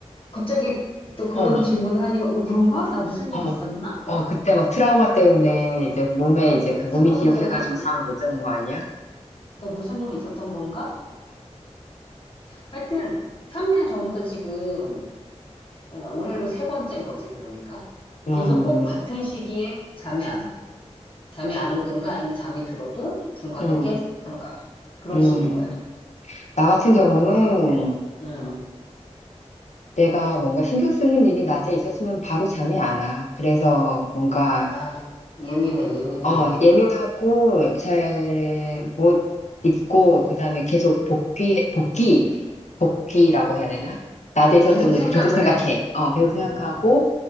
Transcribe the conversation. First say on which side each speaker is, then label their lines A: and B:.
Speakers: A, on the left; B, on the left.
A: 갑자기 또 그런
B: 어,
A: 질문을 하니까, 어, 그런가? 나 무슨 일이
B: 어,
A: 있었나?
B: 어, 그때 막 트라우마 때문에 이제 몸에 이제 그 몸이
A: 3년
B: 기억해가지고
A: 전에?
B: 잠을 못 자는 거 아니야?
A: 나 무슨 일이 있었던 건가? 하여튼, 3년 전부터 지금, 어, 올해로 세 번째인 거지, 그러니까.
B: 음,
A: 계속 꼭 같은 시기에 잠이 안 와. 잠이 안 오든가 아니면 잠이 들어도 중간에
B: 음,
A: 깼든가. 그런
B: 음.
A: 식인 거야.
B: 나 같은 경우는
A: 그래서, 음,
B: 내가 뭔가 신경 쓰는 일이 낮에 있었으면 바로 잠이 안 와. 그래서 뭔가
A: 아, 예민해, 예민해.
B: 어, 예민하고 잘 못 잊고 그다음에 계속 복귀 복귀 복귀라고 해야 되나? 낮에 있었던
A: 계속 생각을
B: 일을 계속 생각해.
A: 해.
B: 어, 계속 생각하고
A: 음,